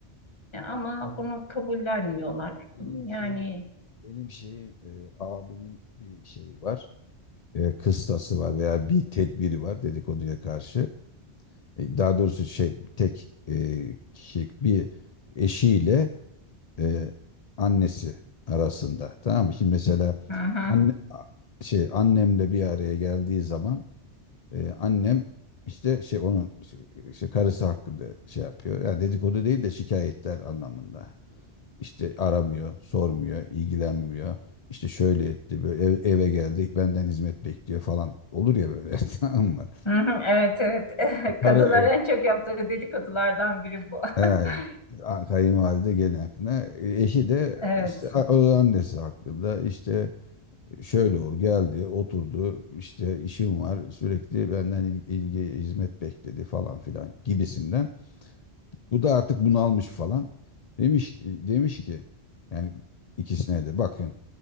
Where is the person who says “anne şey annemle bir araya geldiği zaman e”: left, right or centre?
Left